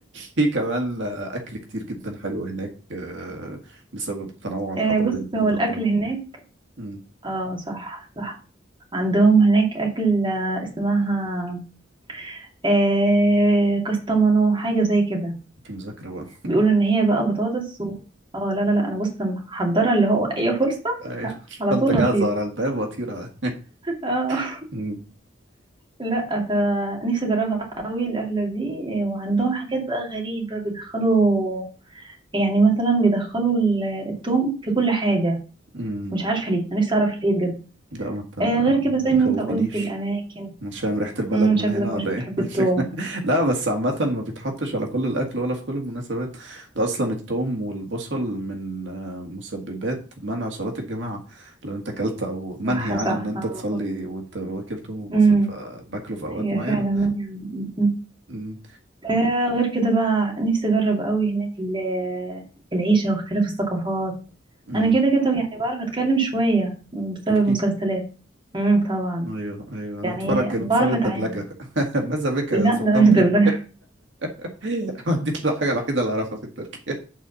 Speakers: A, on the right; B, on the right.
A: في كمان اكل كتير جدا حلو هناك آه، بسبب التنوع الحضاري
B: آه بص
A: اللي موجود
B: هو الاكل
A: عندهم
B: هناك
A: امم
B: اه صح صح عندهم هناك اكل آه، اسمها آه كستمانو حاجه زي كده
A: دي مذاكره بقى
B: بيقولوا ان هي بقى بطاطس و... اه لا لا لا انا بص محضره اللي هو اي فرصه
A: ايوه
B: ه-
A: <laughs> الشنطه
B: على طول
A: جاهزه
B: هطير
A: ورا الباب وطيره
B: اه
A: <laughs>
B: <laughs> لا فنفسي اجربها قوي الاكله دي آه، وعندهم حاجات بقى غريبه بيدخلوا يعني مثلا بيدخلوا ال- التوم في كل حاجه
A: امم
B: مش عارفه ليه انا نفسي اعرف ليه بجد
A: لا ما
B: آه غير كده زي ما
A: تخوفنيش
B: انت قلت الأماكن
A: مش فاهم ريحة البلد
B: مم شكلك
A: من هنا
B: مش
A: ولا
B: بتحب
A: ايه
B: التوم
A: <laughs> شكلها- لا بس عامة ما بيتحطش على كل الأكل ولا في كل المناسبات ده أصلا الثوم والبصل من آه، مسببات منع صلاة الجماعة لو أنت أكلت أو منهي
B: صح
A: عن
B: صح
A: إن أنت
B: آه،
A: تصلي
B: آه.
A: وأنت واكل ثوم وبصل
B: مم
A: فباكله في أوقات
B: هي
A: معينة
B: فعلا مانعة مم، مم.
A: امم
B: آه غير كده بقى نفسي أجرب قوي هناك ال- العيشة واختلاف الثقافات
A: امم
B: أنا كده كده يعني بعرف أتكلم شوية بسبب
A: تركي
B: المسلسلات مم طبعا
A: ايوه ايوه انا
B: يعني
A: بتفرج بسبب
B: بعرف
A: الدبلجه
B: أتعامل
A: <laughs> ماذا بك يا
B: لا
A: سلطان
B: لا مش
A: بيه
B: دبلجة
A: <laughs> دي الحاجه الوحيده اللي اعرفها في التركي